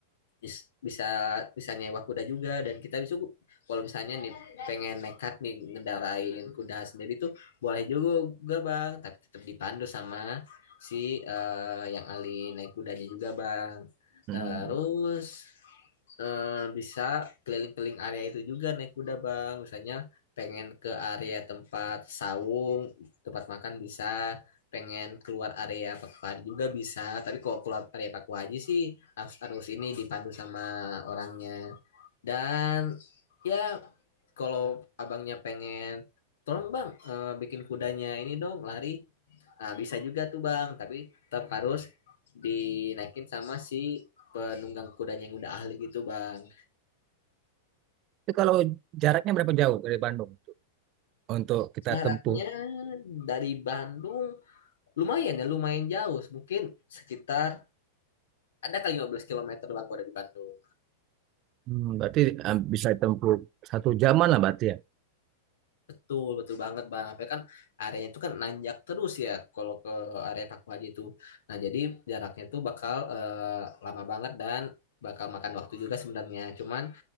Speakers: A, on the left; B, on the right.
A: bis- bisa bisa nyewa kuda juga dan kita bisa kalau misalnya nih pengen nekat nih ngendarain kuda sendiri tuh boleh juga bang tapi tetap dipandu sama si eh, yang ahli naik kudanya juga bang
B: Hmm.
A: terus eh, bisa keliling-keliling area itu juga naik kuda bang misalnya pengen ke area tempat sawung tempat makan bisa pengen keluar area Pak Wadi juga bisa tapi kalau keluar area Pak Haji sih arus arus ini dipandu sama orangnya dan ya kalau abangnya pengen tolong bang eh, bikin kudanya ini dong lari nah, bisa juga tuh bang tapi tetap harus dinaikin sama si penunggang kudanya yang udah ahli gitu bang
B: Itu kalau jaraknya berapa jauh dari Bandung tuh untuk kita
A: jaraknya
B: tempuh?
A: dari Bandung lumayan ya lumayan jauh mungkin sekitar ada kali 15 km bang kalau dari Bandung
B: Hmm, berarti eh, bisa tempuh satu jaman lah berarti ya.
A: Betul, betul banget Bang. Tapi kan areanya itu kan nanjak terus ya kalau ke area Paku Haji itu. Nah, jadi jaraknya tuh bakal eh, lama banget dan bakal makan waktu juga sebenarnya. Cuman